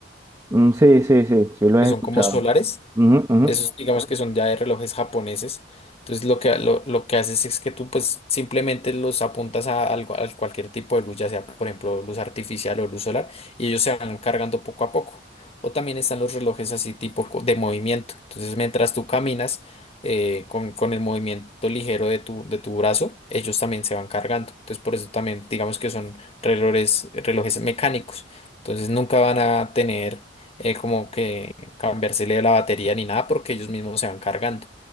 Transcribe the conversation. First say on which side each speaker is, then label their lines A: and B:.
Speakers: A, on the right; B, on the left.
A: Mm, sí, sí, sí, sí lo he
B: que son
A: escuchado.
B: como solares.
A: Ujú, ujú.
B: Esos digamos que son ya de relojes japoneses. Entonces lo que, lo, lo que haces es que tú pues simplemente los apuntas a, algo- a cualquier tipo de luz, ya sea por ejemplo luz artificial o luz solar, y ellos se van cargando poco a poco. O también están los relojes así tipo co- de movimiento. Entonces mientras tú caminas eh, con, con el movimiento ligero de tu, de tu brazo, ellos también se van cargando. Entonces por eso también digamos que son relojes, relojes mecánicos. Entonces nunca van a tener eh, como que cambiársele la batería ni nada porque ellos mismos se van cargando.